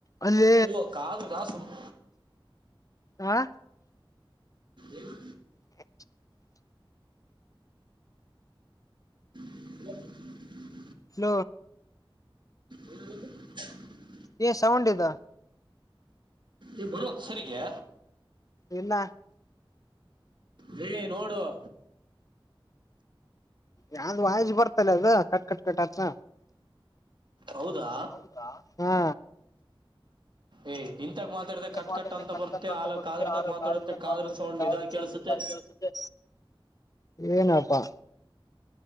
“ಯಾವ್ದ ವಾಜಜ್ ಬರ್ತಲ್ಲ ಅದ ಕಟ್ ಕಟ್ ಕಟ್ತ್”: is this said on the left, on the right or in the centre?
Left